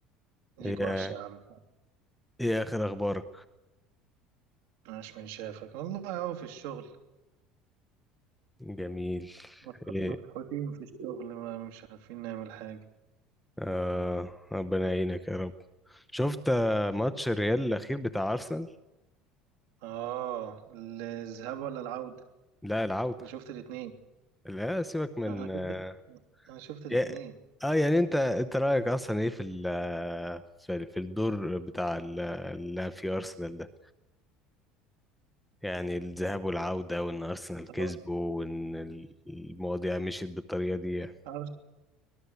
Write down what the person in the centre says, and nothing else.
ايه
ايه اخر اخبارك
جميل
ايه
آه ربنا يعينك يا رب شفت آه، ماتش الريال الاخير بتاع ارسنال
لا العودة
لا سيبك من
اه
يا- آه، يعني انت انت رايك اصلا ايه في ال- آه، في في الدور بتاع ال- آه، اللي في ارسنال ده يعني الذهاب والعودة وإن أرسنال كسبه
وإن ال- المواضيع مشيت بالطريقة دي يعني.